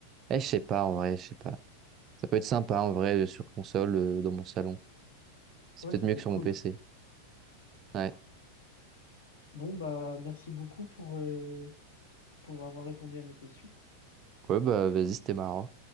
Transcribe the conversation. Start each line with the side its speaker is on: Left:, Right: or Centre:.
Right: eh, je sais pas, en vrai, je sais pas. Ça peut être sympa en vrai euh, sur console, euh, dans mon salon. C'est
Left: ouais,
Right: peut-être
Left: ça
Right: mieux
Left: peut
Right: que
Left: être
Right: sur
Left: cool.
Right: mon PC. Ouais.
Left: Bon, bah, merci beaucoup pour, euh, pour avoir répondu à mes questions.
Right: Ouais, bah, vas-y, c'était marrant.